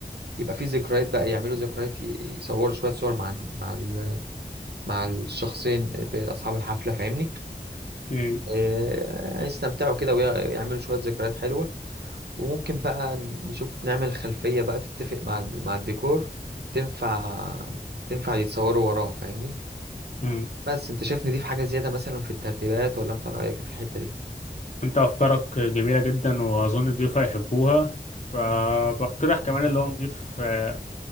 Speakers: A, on the right; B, on the left.
A: يبقى فيه ذكريات بقى يعملوا ذكريات ي- يصوروا شوية صور مع مع ال- مع الشخصين بأصحاب الحفلة فاهمني
B: مم.
A: آه، يستمتعوا كده ويعملوا شوية ذكريات حلوة وممكن بقى نشوف نعمل خلفية بقى تتفق مع ال- مع الديكور تنفع تنفع يتصوروا وراها فاهمني
B: مم.
A: بس انت شايفني دي في حاجة زيادة مثلا في الترتيبات ولا انت رأيك إيه في الحتة دي
B: أنت أفكارك جميلة جدا وأظن الضيوف هيحبوها فبقترح كمان اللي هو نضيف آه،